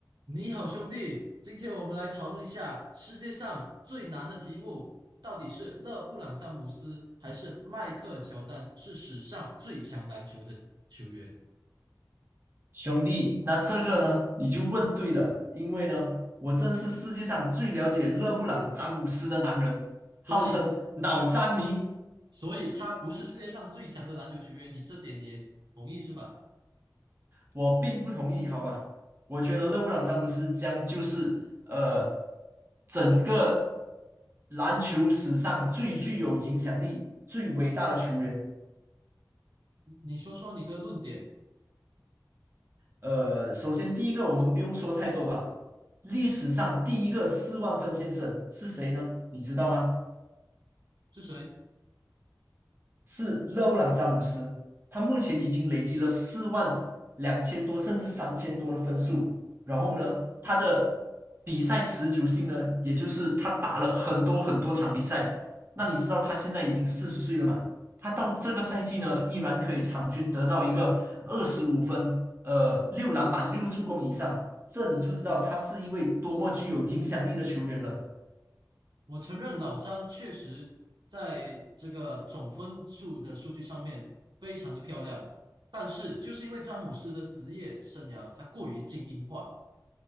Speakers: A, on the right; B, on the right.
A: 你好，兄弟，今天我们来讨论一下世界上最难的题目，到底是勒布朗·詹姆斯还是迈克尔·乔丹是史上最强篮球的球员？
B: 兄弟，那这个呢，你就问对了，因为呢，我正是世界上最了解勒布朗·詹姆斯的男人，号称脑詹迷。
A: 所以，所以他不是世界上最强的篮球球员，你这点你也同意是吧？
B: 我并不同意，好吧？我觉得勒布朗·詹姆斯将就是呃，整个篮球史上最具有影响力、最伟大的球员。
A: 你说说你的论点
B: 呃，首先第一个，我们不用说太多吧。历史上第一个四万分先生是谁呢？你知道吗？
A: 是谁？
B: 是勒布朗詹姆斯，他目前已经累积了四万两千多，甚至三千多的分数。然后呢，他的比赛持久性呢，也就是他打了很多很多场比赛。那你知道他现在已经四十岁了嘛？他到这个赛季呢，依然可以场均得到一个二十五分，呃，六篮板、六助攻以上，这你就知道他是一位多么具有影响力的球员了。
A: 我承认老詹确实在这个总分数的数据上面非常的漂亮，但是就是因为詹姆斯的职业生涯他过于精英化。